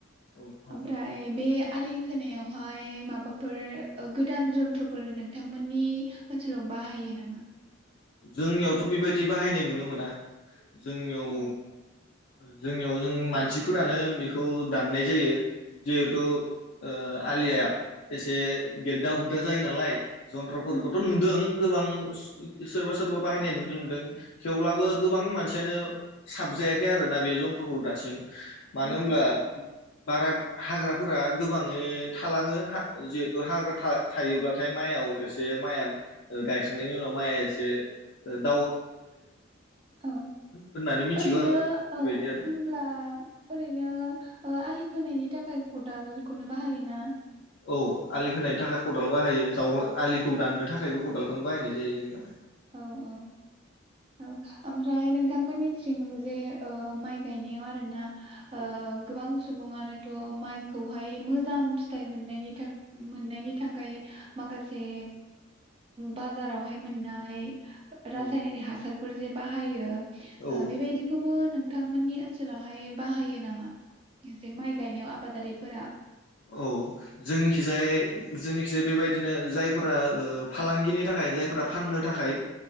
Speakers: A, on the left (about 60°); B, on the right (about 25°).
A: औ औ
B: ओमफ्राय बे आलि खोनायावहाय माबाफोर गोदान जन्थ्रफोर नोंथांमोननि ओनसोलाव बाहायो नामा?
A: जोंनियावथ' बेबायदि बाहायनाय नुनो मोना जोंनियाव
B: औ
A: जोंनियाव जों मानसिफोरानो बेखौ दाननाय जायो। जिहेतु ओ आलिया एसे गेददा गुददा जायो नालाय जन्थ्रफोरखौथ'
B: उम
A: नुदों गोबां सोरबा सोरबा बाहायनाय नुनो मोनदों थेवब्लाबो गोबां मानसियानो साबजायाखै आरोना बे जन्थ्रखौ दासिम मानो
B: उम
A: होनोमब्ला बारा हाग्राफोरा गोबाङै थालाङो जिहेथु हाग्रा थायोब्लाथाय माइआव एसे माइया गायखांनायनि उनाव माइआ से ओ
B: औ
A: होननानै मिथिगौ
B: ओरैनो
A: आङो बेबायदि
B: औ
A: आरो
B: होम्ब्ला ओरैनो आलि खोनायनि बेनि थाखाय खदालखौनो बाहायोना
A: औ आलि होनायनि थाखाय खदाल बाहायो जावनो आलिखौ दाननो थाखायबो खदालखौनो बाहायनाय जायो जोंनियाव
B: औ औ औ आमफ्राय बिथांमोननिथिं जे ओ माइ गायनायाव आरोना आ
A: औ
B: गोबां सुबङनोथ' माइखौहाय मोजां फिथाइ मोननायनि थाखाय मोननायनि थाखाय माखासे बाजारावहाय मोननाय रासायनिारि
A: औ
B: हा जे बाहायो।
A: औ
B: ओ बेबायदिखौबो नों थांमोननि ओनसोलावहाय बाहायो नामा? एसे माइ गायनायाव आबादारि फोरा
A: औ जोंनिखिजाय जोंनिखिजाय बेबायदिनो जायफोरा ओ फालांगिनि थाखाय जायफोरा फाननो थाखाय